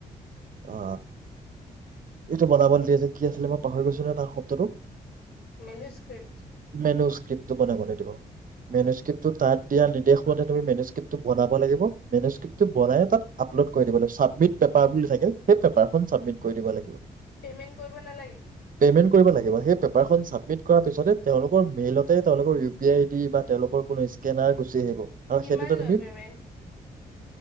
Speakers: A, on the right; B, on the left.
A: অ এইটো বনাবলৈ দিয়ে যে কি আছিলে মই পাহৰি গৈছোঁ নহয় তাৰ শব্দটো।
B: মেনু স্ক্ৰিপ্ট
A: মেনু স্ক্ৰিপ্টটো কোনে কোনে দিব। মেনু স্ক্ৰিপটো তাত দিয়া নিৰ্দেশ মতে তুমি মেুস্ক্ৰিপটো বনাব লাগিব, মেুস্ক্ৰিপটো বনাই তাত আপলোড কৰি দিব লাগিব ছাবমিট পেপাৰ বুলি থাকে সেই পেপাৰখন চাবমিট কৰি দিব লাগিব।
B: পেমেন্ট কৰিব নালাগে।
A: পে'মেণ্ট কৰিব লাগিব সেই পেপাৰখন চাবমিট কৰাৰ পিছতে তেওঁলোকৰ মেইলতে তেওঁলোকৰ U P I I D বা তেওঁলোকৰ কোনো স্কেনাৰ গুচি আহিব। আৰু
B: কিমান
A: সেইটোতে
B: লয়
A: তুমি
B: পেমেণ্ট?